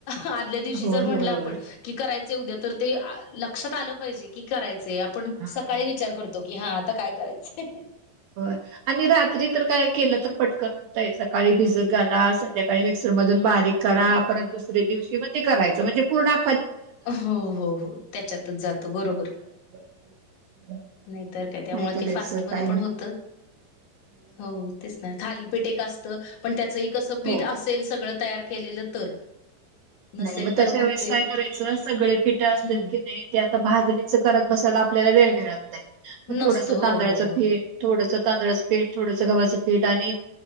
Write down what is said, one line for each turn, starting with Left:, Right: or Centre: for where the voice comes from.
Left: आदल्या दिवशी
Right: होय
Left: जर म्हणलं
Right: होय
Left: आपण
Right: होय
Left: की करायचं उद्या तर ते लक्षात आलं पाहिजे की करायचं आपण
Right: हा.
Left: सकाळी विचार करतो कि हा आता काय करायचंय
Right: हो आणि रात्री तर काय केलं तर पटकन होतय सकाळी भिजत घाला संध्याकाळी मिक्सर मधुन बारीक करा पर दुसर्या दिवशी मग ते करायचं म्हणजे पुर्ण
Left: हो हो हो त्याच्यातच जातो बरोबर
Right: अवघड <inaudible>
Left: नाही तर काय त्यामुळे
Right: करायचं
Left: ते फास्ट म
Right: काय
Left: पण
Right: नाही
Left: होत हो तेच नाही- खालीपीठ असत पण त्याच पीठ
Right: हो
Left: असेल सगळं तयार केलेलं तर.. नसेल
Right: नाही मग
Left: तर
Right: तशा वेळेस
Left: ते
Right: काय करायचं सगळे पिठ असत
Left: हं.
Right: कि नाही त्यात भाजणीच करत बसायला आपल्याला वेळ मिळत नाही मग
Left: नसतं.
Right: थोडस
Left: हो,
Right: तांदळाचं
Left: हो,
Right: पीठ
Left: हो.
Right: थोड तांदळाचं पीठ थोडसं गव्हाचं पीठ आणि